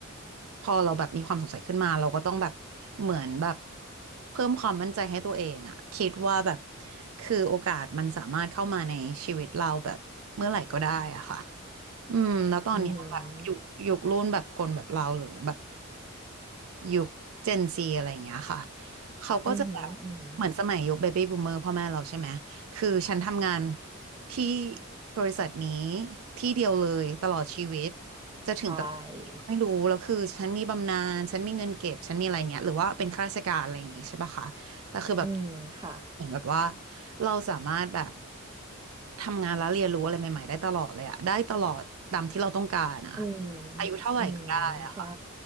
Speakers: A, on the right; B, on the right.
A: พอเราแบบมีความสงสัยขึ้นมาเราก็ต้องแบบเหมือนแบบเพิ่มความมั่นใจให้ตัวเองอะคิดว่าแบบคือโอกาสมันสามารถเข้ามาในชีวิตเราแบบเมื่อไหร่ก็ได้อะค่ะอืมแล้วตอนเนี้ยแบบยุคยุครุ่นแบบคนแบบเราหรือแบบ
B: อืม
A: ยุคเจนซีอะไรอย่างเงี้ยค่ะเขาก็จะแบบเหมือนสมัยยุคเบบี้บูมเมอร์พ่อแม่เราใช่ไหมคือฉันทำงาน
B: อืมอืม
A: ที่บริษัทนี้ที่เดียวเลยตลอดชีวิต จะถึงตำแหน่งไหนก็ไม่รู้แล้วคือฉันมีบำนาญฉันมีเงินเก็บฉันมีอะไรเงี้ยหรือว่าเป็นข้าราชการอะไรอย่างงี้ใช่ปะคะแต่คือแบบ
B: ใช่อืมค่ะ
A: เหมือนแบบว่าเราสามารถแบบทำงานแล้วเรียนรู้อะไรใหม่ๆได้ตลอดเลยอะได้ตลอดตามที่เราต้องการอะ
B: อืม
A: อายุเท่าไหร่ก็ได้อะค่ะ
B: อืมใช่